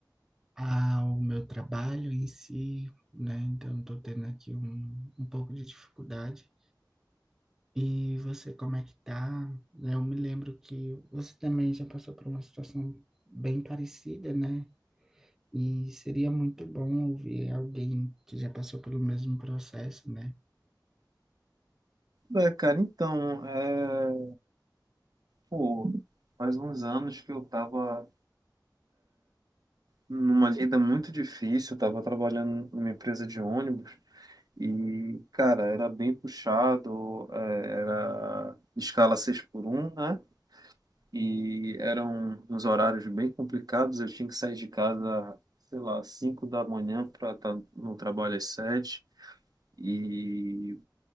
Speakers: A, in the centre; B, on the right.
A: ao meu trabalho em si, né? Então, tô tendo aqui um, um pouco de dificuldade. E você, como é que tá? Eu me lembro que você também já passou por uma situação bem parecida, né? E seria muito bom ouvir alguém que já passou pelo mesmo processo, né?
B: É, cara, então, é... Pô, faz uns anos que eu tava numa lida muito difícil, eu tava trabalhando numa empresa de ônibus e, cara, era bem puxado, é, era escala 6 por um, né? E eram uns horários bem complicados, eu tinha que sair de casa, sei lá, 5 da manhã para estar no trabalho às 7 E